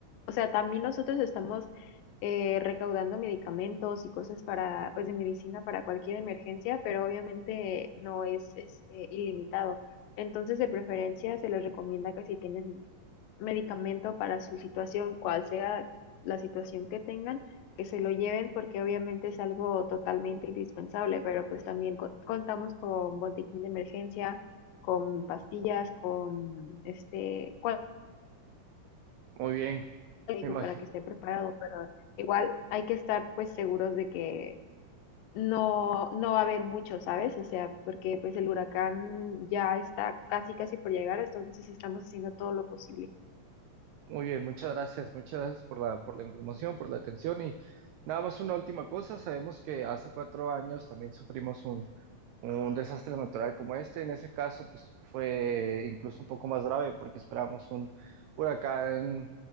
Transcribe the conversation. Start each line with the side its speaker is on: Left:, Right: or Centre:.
Left: o sea, también nosotros estamos eh, recaudando medicamentos y cosas para, pues de medicina para cualquier emergencia, pero obviamente no es este, ilimitado. Entonces, de preferencia, se les recomienda que si tienen medicamento para su situación, cual sea la situación que tengan, que se lo lleven porque obviamente es algo totalmente indispensable, pero pues también co- contamos con botiquín de emergencia, con pastillas, con este cual-
Right: Muy bien,
Left: médico
Right: me imagino.
Left: para que esté preparado, pero igual hay que estar pues seguros de que no no va a haber mucho, ¿sabes? O sea, porque pues el huracán ya está casi casi por llegar, entonces estamos haciendo todo lo posible.
Right: Muy bien, muchas gracias, muchas gracias por la, por la información, por la atención y nada más una última cosa, sabemos que hace cuatro años también sufrimos un, un desastre natural como este, en ese caso pues fue incluso un poco más grave porque esperamos un huracán